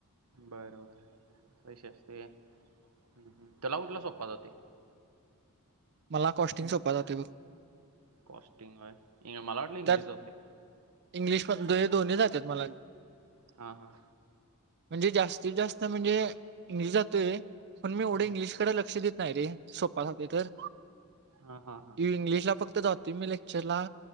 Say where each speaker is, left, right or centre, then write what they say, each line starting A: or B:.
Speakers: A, on the right (about 80°); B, on the right (about 50°).
A: बरं बरं कशी असतें त्यांला कुंठलां सोप्पा जांते
B: मलां कॉस्टिंग
A: इं-
B: सोपां जांते बघं
A: कॉस्टिंग मलां वांटते इंग्लिश
B: त्यात
A: जाते
B: इंग्लिश कसं जाईल दोन्ही जांते मलां
A: हां हां
B: म्हणजे जांस्तीत जास्तं म्हणजे इंग्लिश जांतोय पण मी एवढे
A: हम्म.
B: इंग्लिशकडे लक्ष देत नाही रे स्वपासाठी तर
A: हां हां हां
B: इंग्लिश ला फक्त जात मी लेक्चर ला